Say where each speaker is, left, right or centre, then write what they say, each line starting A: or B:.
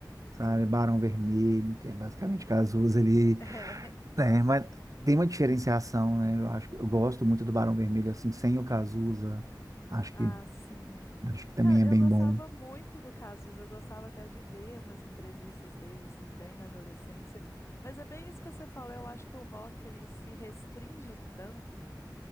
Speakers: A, on the right; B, on the left.
A: sabe?
B: sim.
A: Barão Vermelho, que é basicamente Cazuza ali,
B: <laughs> É.
A: né? Mas tem uma diferenciação, né? Eu acho, que- eu gosto muito do Barão Vermelho assim, sem o Cazuza. Acho
B: Ah,
A: que
B: sim.
A: acho que também
B: Cara,
A: é bem
B: eu gostava
A: bom.
B: muito do Casus, eu gostava até de ver umas entrevistas dele, assim, bem na adolescência. Mas é bem isso que você falou, eu acho que o rock, ele se restringe tanto